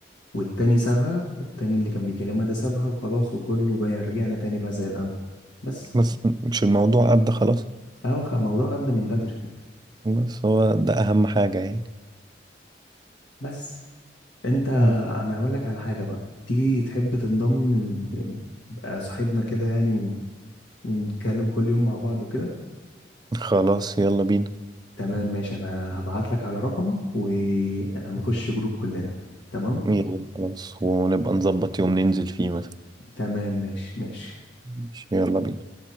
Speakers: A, on the left (about 85°); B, on the right (about 25°).
A: والتاني سابها التاني اللي كان بيكلمها ده سابها وخلاص وكله بقى رجعنا تاني بقى زي الاول بس
B: بس مش الموضوع عدى خلاص
A: هو خ- الموضوع عدى من بدري
B: بس هو ده اهم حاجة يعني
A: بس انت
B: مم.
A: انا هقول لك على حاجه بقى تيجي تحب تنضم ال... تبقى صاحبنا كده يعني و... ونتكلم كل يوم مع بعض وكده
B: خلاص يلا بينا
A: تمام ماشي انا هبعت لك على رقمك ونخش جروب كلنا تمام
B: يلا خلاص ونبقى نظبط يوم ننزل فيه مثلا
A: تمام ماشي ماشي
B: ماشي، يلا بينا